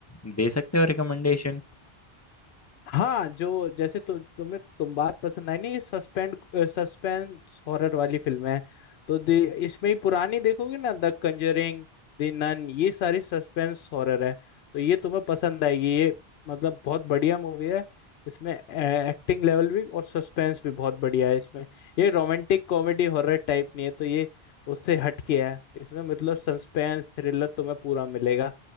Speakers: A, on the left; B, on the left.
A: दे सकते हो रिकमेंडेशन
B: हाँ जो जैसे तु, तुम्हें तुम बात पसंद आई ना ये सस्पेंड सस्पेंस हॉरर वाली फिल्म है तो दे, इसमें ही पुरानी देखोगे ना द कंजरिंग द नन ये सारी सस्पेंस हॉरर है तो ये तुम्हें पसंद आएगी ये मतलब बहुत बढ़िया मूवी है इसमें एक्टिंग लेवल भी और सस्पेंस भी बहुत बढ़िया है इसमें ये रोमांटिक कॉमेडी हॉरर टाइप नहीं है तो ये उससे हटके है इसमें मतलब सस्पेंस थ्रिलर तुम्हें पूरा मिलेगा